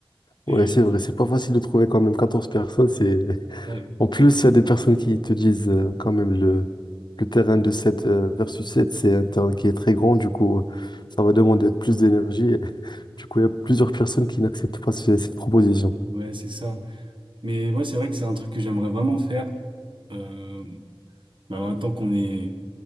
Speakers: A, on the right; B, on the left.
A: Et,
B: Ouais, c'est vrai, c'est pas facile de trouver quand même 14 personnes, c'est
A: ouais,
B: En plus, il y a des personnes qui te disent euh, quand même le, le terrain de sept euh, versus sept c'est un terrain qui est très grand, du coup, euh, ça va demander plus d'énergie. <laughs> Du coup, il y a plusieurs personnes qui n'acceptent pas ce- cette proposition.
A: ouais, c'est ça. Mais ouais, c'est vrai que c'est un truc que j'aimerais vraiment faire. Euh, bah, en même temps qu'on est,